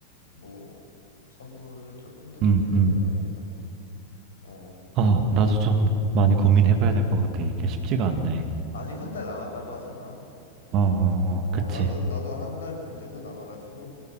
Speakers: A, on the left; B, on the right.
A: 뭐 선물은 조금 더 고민을
B: 음, 음.
A: 해봐야겠다. 어,
B: 아, 나도 좀 많이 고민해봐야 될 것 같아. 이게
A: 어.
B: 쉽지가 않네.
A: 아직 한 달 남았다고 하잖아.
B: 어, 어,
A: 어,
B: 어, 그치.
A: 나도, 나도 한 달 반 정도 남아가지고